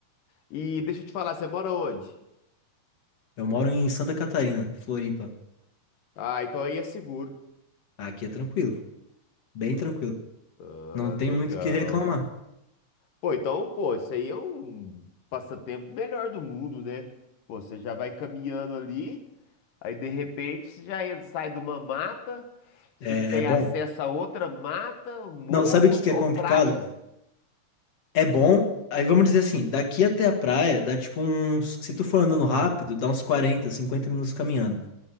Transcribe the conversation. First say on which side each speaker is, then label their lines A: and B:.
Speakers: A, on the left (about 85°); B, on the left (about 50°).
A: E deixa eu te falar, você mora onde?
B: Eu moro em Santa Catarina, Floripa.
A: Ah, então aí é seguro.
B: Aqui é tranquilo, bem tranquilo.
A: Ah,
B: Não tem
A: legal.
B: muito o que reclamar.
A: Pô, então, pô, isso aí é um passatempo melhor do mundo, né? Pô, você já vai caminhando ali, aí de repente você já en- sai de uma mata, você
B: É,
A: tem
B: é bom.
A: acesso a outra mata, um morro
B: Não, sabe o que que
A: ou
B: é complicado?
A: praia.
B: É bom. Aí vamos dizer assim, daqui até a praia dá tipo uns. Se tu for andando rápido, dá uns 40, 50 minutos caminhando.